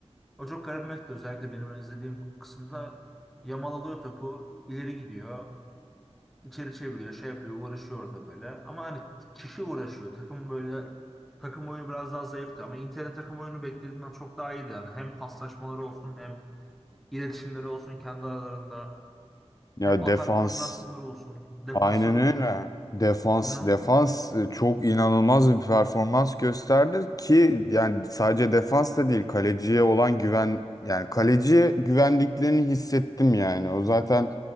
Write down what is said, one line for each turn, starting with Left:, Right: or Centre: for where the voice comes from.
Centre: o çok garibimekti özellikle benim hani izlediğim kısımda Yamal alıyor topu, ileri gidiyor. İçeri çeviriyor, şey yapıyor, uğraşıyor orada böyle. Ama hani kişi uğraşıyor. Takım böyle takım oyunu biraz daha zayıftı ama Inter'de takım oyunu beklediğimden çok daha iyiydi yani. Hem paslaşmaları olsun, hem iletişimleri olsun kendi aralarında,
Left: Ya
Centre: hem atak
Left: defans
Centre: koordinasyonları olsun, defansları
Left: Aynen öyle.
Centre: olsun.
Left: Defans
Centre: İnanılmaz.
Left: defans e, çok inanılmaz bir performans gösterdi ki yani sadece defans da değil kaleciye olan güven yani kaleciye güvendiklerini hissettim yani. O zaten